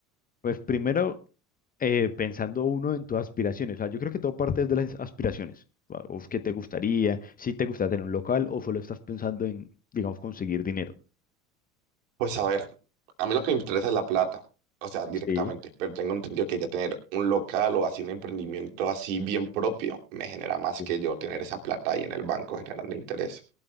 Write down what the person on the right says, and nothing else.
Pues a ver, a mí lo que me interesa es la plata, o sea, directamente,
pero tengo entendido que ya tener un local o así un emprendimiento así bien propio me genera más
que yo tener esa plata ahí en el banco generando interés.